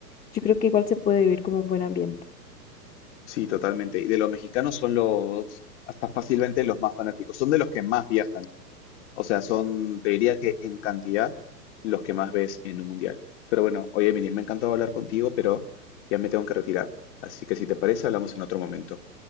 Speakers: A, on the left; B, on the left.
A: yo creo que igual se puede vivir como un buen ambiente.
B: Sí, totalmente. Y de los mexicanos son los, hasta fácilmente los más fanáticos. Son de los que más viajan. O sea, son, te diría que en cantidad los que más ves en un mundial. Pero bueno, oye, Emily, me ha encantado hablar contigo, pero ya me tengo que retirar. Así que si te parece, hablamos en otro momento.